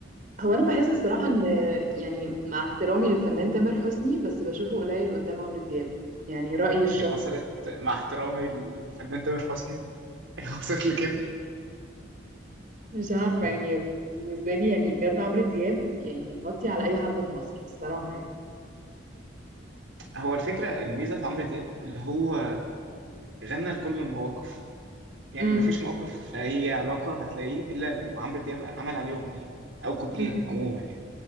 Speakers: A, on the right; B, on the right.
A: هو انا بحس الصراحه ان يعني مع احترامي للفنان تامر حسني بس بشوفه قليل قدام عمرو دياب يعني رايي الشخصي
B: هي وصلت مع احترامي للفنان تامر حسني <laughs> هي وصلت لكده
A: مش عارفة يعني بالنسبة لي يعني بجد عمرو دياب يعني يغطي على أي حد في مصر الصراحة يعني
B: هو الفكره الميزه في عمرو دياب اللي هو غنى لكل المواقف يعني
A: امم
B: مفيش موقف هي علاقة هتلاقيه إلا وعمرو دياب عمل عليه أغنية أو كوبليه
A: أمم.
B: عموما يعني